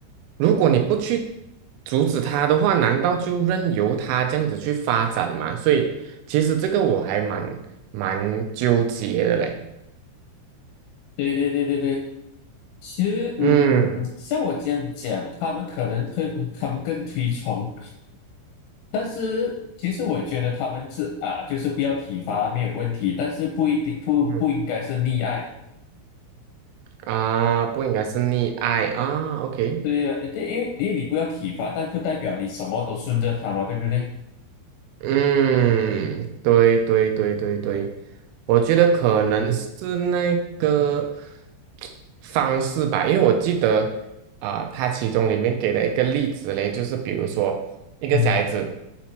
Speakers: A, on the right (about 85°); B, on the left (about 80°).
A: 如果你不去阻止他的话，难道就任由他这样子去发展吗？所以其实这个我还蛮蛮纠结的嘞。
B: 对对对对对，其实嗯，
A: 嗯
B: 像我这样讲，他们可能会，他们更推崇，但是其实我觉得他们是啊，就是不要体罚没有问题，但是不一定不不应该是溺爱，
A: 嗯啊，不应该是溺爱啊，OK。
B: 对呀，对，因为因为你不要体罚，但不代表你什么都顺着他嘛，对不对？
A: 嗯，对对对对对，我觉得可能是那个方式吧，因为我记得啊、它其中里面给了一个例子嘞，就是比如说一个小孩子，
B: 嗯